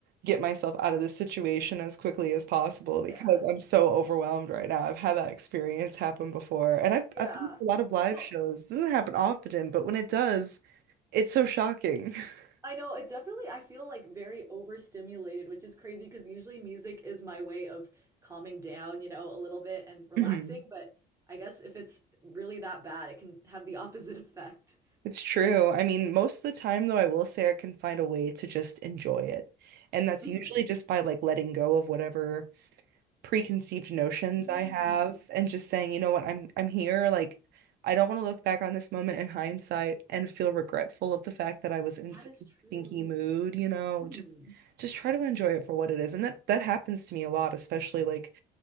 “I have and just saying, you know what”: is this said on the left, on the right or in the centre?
Right